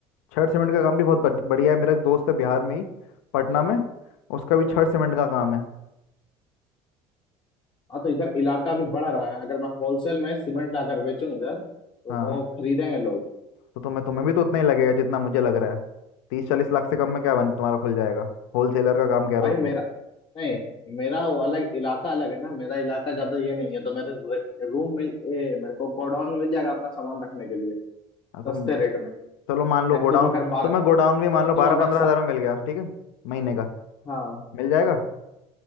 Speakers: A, on the left (about 80°); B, on the left (about 35°).
A: छड़ सीमेंट का काम भी बहुत बढ़- बढ़िया है मेरा एक दोस्त है बिहार में ही पटना में उसका भी छड़ सीमेंट का काम है
B: हाँ तो इधर इलाका भी बढ़ रहा है अगर मैं होलसेल में सीमेंट लाकर बेचूं इधर तो
A: हाँ
B: वो खरीदेंगे लोग
A: तो तुम्हें तुम्हें भी तो उतना ही लगेगा जितना मुझे लग रहा है तीस चालीस लाख से कम में क्या बन तुम्हारा खुल जाएगा होलसेलर का काम
B: तो
A: कह रहे
B: भाई
A: हो तो
B: मेरा नहीं मेरा वो अलग इलाका अलग है ना मेरा इलाका ज्यादा ये नहीं है तो मेरे रे- रूम मिल ए, मेरे को गोडाउन मिल जाएगा अपना सामान रखने के लिए
A: हाँ तो
B: सस्ते रेट में
A: चलो मान लो
B: लाइक
A: गोडाउन
B: तुम अगर बारह
A: तो मैं गोडाउन भी मान
B: तुम
A: लो बारह
B: अगर
A: पंद्रह
B: सा,
A: हजार में मिल गया ठीक है महीने का
B: हाँ
A: मिल जाएगा